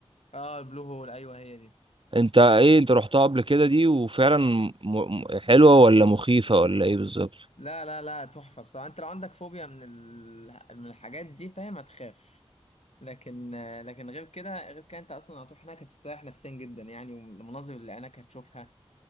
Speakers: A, on the left; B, on the right.
A: اه البلو هول ايوه هي دي
B: انت ايه انت رحتها قبل كده دي وفعلا م... م... حلوه ولا مخيفه ولا ايه بالظبط
A: لا لا لا تحفة بصراحة انت لو عندك فوبيا من ال... من الحاجات دي فاهم هتخاف لكن لكن غير كده غير كده انت اصلا هتروح هناك هتستريح نفسيا جدا يعني والمناظر اللي عينك هتشوفها